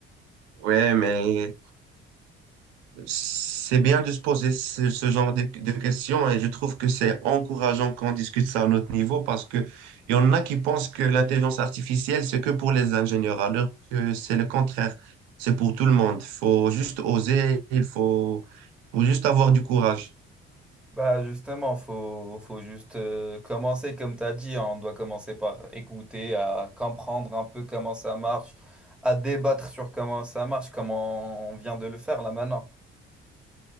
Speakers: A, on the right; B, in the centre.
A: Ouais, mais C'est bien de se poser ce, ce genre de, de questions et je trouve que c'est encourageant qu'on discute ça à notre niveau parce que il y en a qui pensent que l'intelligence artificielle, c'est que pour les ingénieurs, alors que c'est le contraire. C'est pour tout le monde. faut juste oser, il faut, faut juste avoir du courage.
B: Bah justement, faut, faut juste euh, commencer comme tu as dit, hein. on doit commencer par écouter, à comprendre un peu comment ça marche, à débattre sur comment ça marche, comment on vient de le faire là maintenant.